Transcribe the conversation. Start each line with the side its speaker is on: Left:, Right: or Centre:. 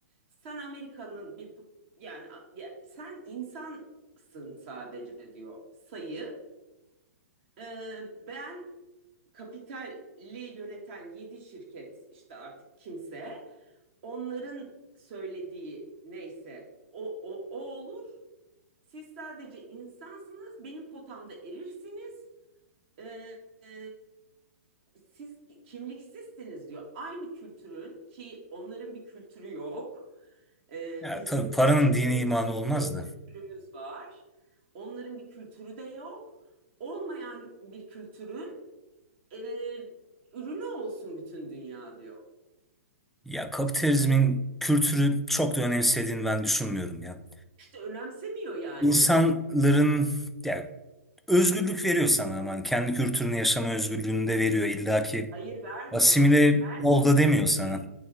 Right: sen Amerika'nın bir yani ya- sen insansın sadece diyor sayı. E, ben kapitali yöneten yedi şirket işte artık kimse onların söylediği neyse o, o, o olur. Siz sadece insansınız, benim potamda erirsiniz. Ee, e, siz kimliksizsiniz diyor. Aynı kültürün ki onların bir kültürü yok. Ee,
Centre: ya
Right: bizim
Centre: tabii paranın
Right: çeşit
Centre: dini
Right: çeşit
Centre: imanı olmaz
Right: pek
Centre: da.
Right: kültürümüz var. Onların bir kültürü de yok. Olmayan bir kültürün e, ürünü olsun bütün dünya diyor.
Centre: Ya kapitalizmin kültürü çok da önemsediğini ben düşünmüyorum ya.
Right: İşte önemsemiyor yani.
Centre: İnsanların ya özgürlük veriyor sana aman. Kendi kültürünü yaşama özgürlüğünü de veriyor. İlla ki
Right: Hayır vermiyor.
Centre: asimile
Right: Vermiyor
Centre: ol da demiyor
Right: çünkü
Centre: sana.